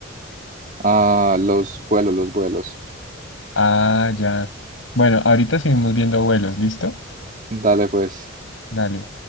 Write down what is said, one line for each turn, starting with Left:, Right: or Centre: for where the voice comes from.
Right: ah, los vuelos, los vuelos.
Left: Ah, ya. Bueno, ahorita seguimos viendo vuelos, ¿listo?
Right: Dale, pues.
Left: Dale.